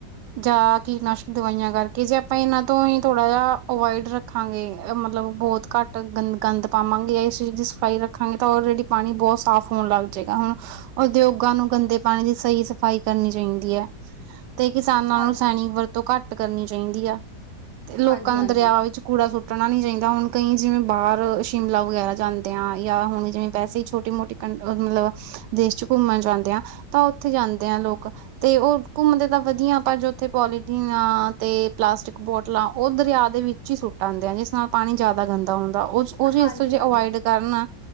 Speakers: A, on the right (about 80°); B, on the left (about 25°).
A: ਜਾਂ ਕੀਟਨਾਸ਼ਕ ਦਵਾਈਆਂ ਕਰਕੇ ਜੇ ਆਪਾਂ ਇਹਨਾਂ ਤੋਂ ਹੀ ਥੋੜਾ ਜਿਹਾ ਅਵੋਇਡ ਰੱਖ ਰੱਖਾਂਗੇ ਮਤਲਬ ਬਹੁਤ ਘੱਟ ਗੰਦ ਗੰਦ ਪਾਵਾਂਗੇ ਇਸ ਚੀਜ਼ ਦੀ ਪਾਈ ਰੱਖਾਂਗੇ ਤਾਂ ਆਲਰੇਡੀ ਪਾਣੀ ਬਹੁਤ ਸਾਫ ਲੱਗ ਜਾਏਗਾ ਹੁਣ ਉਦਯੋਗਾਂ ਨੂੰ ਗੰਦੇ ਪਾਣੀ ਦੀ ਸਹੀ ਸਫ਼ਾਈ ਕਰਨੀ ਚਾਹੀਦੀ ਹੈ ਤੇ ਕਿਸਾਨਾਂ
B: ਹਾਂਜੀ
A: ਨੂੰ ਸੈਨਿਕ ਵਰਤੋਂ ਘੱਟ ਕਰਨੀ ਚਾਹੀਦੀ ਆ ਤੇ ਲੋਕਾਂ
B: ਹਾਂਜੀ
A: ਨੂੰ
B: ਹਾਂਜੀ
A: ਦਰਿਆ ਵਿੱਚ ਕੂੜਾ ਸੁੱਟਣਾ ਨਹੀਂ ਚਾਹੀਦਾ ਹੁਣ ਕਈ ਜਿਵੇਂ ਬਾਹਰ ਸ਼ਿਮਲਾ ਵਗੈਰਾ ਜਾਂਦੇ ਆ ਜਾਂ ਹੁਣ ਜਿਵੇਂ ਵੈਸੇ ਹੀ ਛੋਟੇ ਮੋਟੇ ਕੰ ਮਤਲਬ ਦੇਸ਼ ਚ ਘੁੰਮਣ ਜਾਂਦੇ ਆ ਤਾਂ ਉੱਥੇ ਜਾਂਦੇ ਆ ਲੋਕ ਤੇ ਉਹ ਘੁੰਮਦੇ ਤਾਂ ਵਧੀਆ ਪਰ ਜੋ ਉੱਥੇ ਪੋਲੀਥਿਨ ਆ ਤੇ ਪਲਾਸਟਿਕ ਬੋਤਲਾਂ ਉਹ ਦਰਿਆ ਦੇ ਵਿੱਚ ਸੁੱਟਉਂਦੇ ਆ ਜਿਸ ਨਾਲ ਪਾਣੀ ਜਿਆਦਾ ਗੰਦਾ ਹੁੰਦਾ ਉਹ ਉਹ ਚ ਇਸ
B: ਹਾਂਜੀ
A: ਚੀਜ਼
B: ਹਾਂਜੀ
A: ਅਵੋਇਡ ਕਰਨਾ